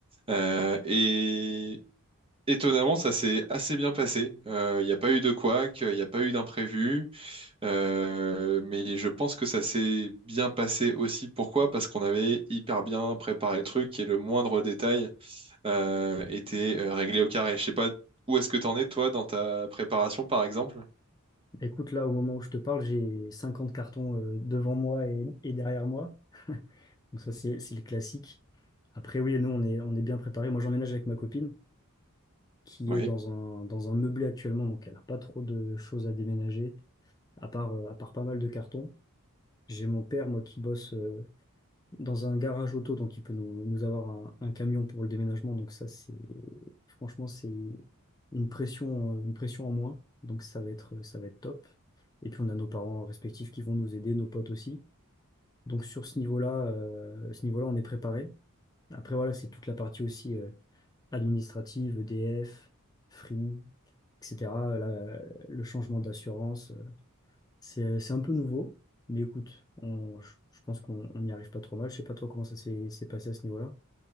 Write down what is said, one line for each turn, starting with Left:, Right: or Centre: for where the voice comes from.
Right: Euh, et Étonnamment, ça s'est assez bien passé. Euh, Il n'y a pas eu de couac, il n'y a pas eu d'imprévu, Euh, mais je pense que ça s'est bien passé aussi. Pourquoi? Parce qu'on avait hyper bien préparé le truc et le moindre détail euh, était euh, réglé au carré. Je sais pas où est-ce que tu en es toi dans ta préparation, par exemple.
Left: Écoute, là, au moment où je te parle, j'ai 50 cartons, euh, devant moi et, et derrière moi. Donc, ça, c'est, c'est le classique. Après, oui, nous, on est, on est bien préparés. Moi, j'emménage avec ma copine qui
Right: Oui.
Left: est dans un, dans un meublé actuellement. Donc, elle n'a pas trop de choses à déménager. à part, euh, à part pas mal de cartons. J'ai mon père, moi, qui bosse euh, dans un garage auto, donc il peut nous, nous avoir un, un camion pour le déménagement. Donc ça, c'est franchement, c'est une pression, euh, une pression en moins. Donc ça va être, ça va être top. Et puis on a nos parents respectifs qui vont nous aider, nos potes aussi. Donc sur ce niveau-là, euh, ce niveau-là, on est préparé. Après, voilà, c'est toute la partie aussi euh, administrative, EDF, Free, etc. la- le changement d'assurance. euh, c'est euh, c'est un peu nouveau, mais écoute, on- je je pense qu'on on n'y arrive pas trop mal. Je sais pas toi comment ça s'est s'est passé à ce niveau-là.